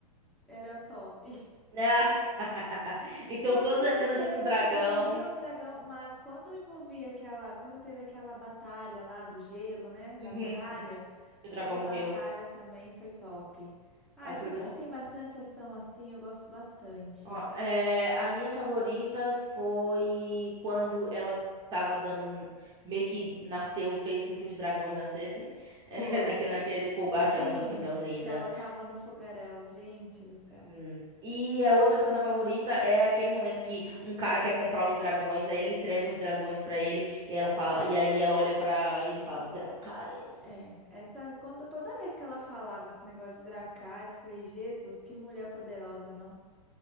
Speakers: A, in the centre; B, on the right.
A: era top. <laughs>
B: Ah, <laughs> então
A: Todas
B: todas as
A: as
B: cenas
A: cenas
B: com o dragão.
A: que envolviam o dragão, mas quando envolvia aquela, quando teve aquela batalha lá do gelo, né, da
B: Uhum,
A: muralha,
B: uhum, que o
A: aquela
B: dragão morreu.
A: batalha também foi top. Ai,
B: Aí foi
A: tudo
B: tão
A: que tem bastante ação assim, eu gosto bastante.
B: Ó, é, a minha favorita foi quando ela tava dando. um- Meio que nasceu, fez com que os dragões nascessem.
A: Foi.
B: <laughs> É, naquele, naquele fogo.
A: Sim,
B: Ah, aquela cena foi tão linda.
A: que ela tava no fogaréu, gente do céu.
B: Uhum. E a outra cena favorita é aquele momento que um cara quer comprar os dragões, aí ele entrega os dragões pra ele, e ela fala, e aí ela olha pra ele e fala, Dracarys.
A: É, essa quando toda vez que ela falava esse negócio de Dracarys, eu falei, Jesus, que mulher poderosa, não?